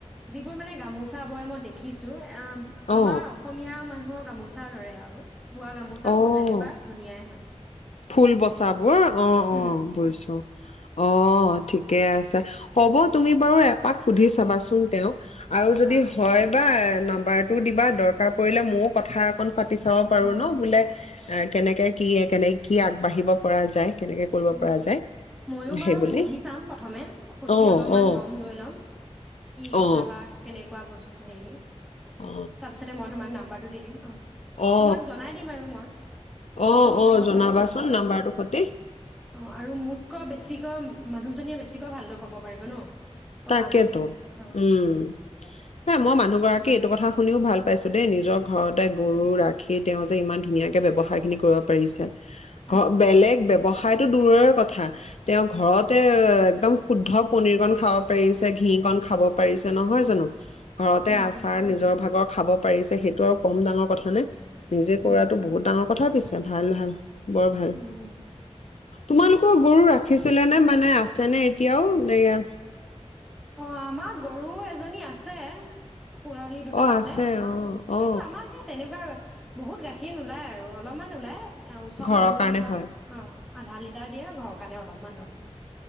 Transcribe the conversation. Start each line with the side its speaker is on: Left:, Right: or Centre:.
Centre: যিবোৰ মানে গামোচা বয় মই দেখিছোঁ অ',
Left: অ
Centre: আমাৰ অসমীয়া মানুহৰ গামোচাৰ দৰে আ আৰু বোৱা গামোচাবোৰ
Left: অ
Centre: যেনেকুৱা ধুনীয়াই হয়।
Left: ফুল বচাবোৰ। অ', অ',
Centre: উম
Left: বুজিছোঁ। অ', ঠিকেই আছে, হ'ব তুমি বাৰু এপাক সুধি চাবাচোন তেওঁক। আৰু যদি
Centre: অ অ
Left: হয় বা নাম্বাৰটো দিবা, দৰকাৰ পৰিলে মইও কথা অকন পাতি চাব পাৰোঁ
Centre: অ
Left: ন',
Centre: অ
Left: বোলে অ', কেনেকে কি এ কেনে কি আগবাঢ়িব পৰা যায়! কেনেকে কৰিব
Centre: উম,
Left: পৰা যায়
Centre: ময়ো বাৰু
Left: সেই বুলি
Centre: সুধি চাম প্ৰথমে সুধি
Left: অ
Centre: অলপমান
Left: অ
Centre: গম লৈ লম কি
Left: অ
Centre: কথা বা কেনেকে কোৱা বচ হেৰি
Left: অ
Centre: তাৰপিছতে মই তোমাক নাম্বাৰটো দি দিম, অ',
Left: অ
Centre: তোমাক জনাই দিম আৰু মই তাৰপিছত
Left: অ
Centre: তুমি
Left: অ
Centre: কথা
Left: জনাবাচোন
Centre: পাতি ল'বা,
Left: নাম্বাৰটোৰ
Centre: অ'।
Left: সতি
Centre: অ', আৰু মোতকৈ বেছি কৈ মানুহজনীয়ে বেছিক কৈ ভালদ ক'ব পাৰিব ন'।
Left: তাকেতো,
Centre: কথাবোৰ অ
Left: উম, নাই মই মানুহ মানুহ গৰাকী এইটো কথা শুনিও ভাল পাইছো দেই, নিজৰ ঘৰতে গৰু ৰাখি তেওঁ যে ইমান ধুনীয়াকে ব্যৱসায় খিনি কৰিব পাৰিছে। ঘ
Centre: অ
Left: বেলেগ ব্যৱসায়টো দূৰৰে কথা তেওঁ ঘৰতে একদম শুদ্ধ পনীৰকন খাব পাৰিছে ঘীকন খাব পাৰিছে, নহয় জানো! ঘৰতে
Centre: উম
Left: আচাৰ
Centre: উম
Left: নিজৰ ভাগৰ খাব পাৰিছে সেইটো আৰু কম ডাঙৰ কথা নে? নিজে কৰাতো
Centre: উম
Left: বহুত ডাঙৰ কথা পিছে ভাল ভাল। বৰ ভাল।
Centre: উম উম
Left: তোমালোকৰ গৰু ৰাখিছিলা নে? মানে আছে নে এতিয়াও, এইয়া
Centre: অ', আমাৰ গৰু এজনী আছে। পোৱালি দুটা
Left: অ
Centre: আছে, আ
Left: অ অ
Centre: কিন্তু আমাৰ হেই তেনেকুৱা বহুত গাখীৰ নোলায় আৰু অলপ ইমান নোলায়? এয়া ওচৰৰ
Left: ঘৰৰ
Centre: মানুহ
Left: কাৰণে
Centre: হ'ক
Left: হয়
Centre: অ আধা লিটাৰ দিয়ে ঘৰৰ কাৰণে অলপমান ৰখে।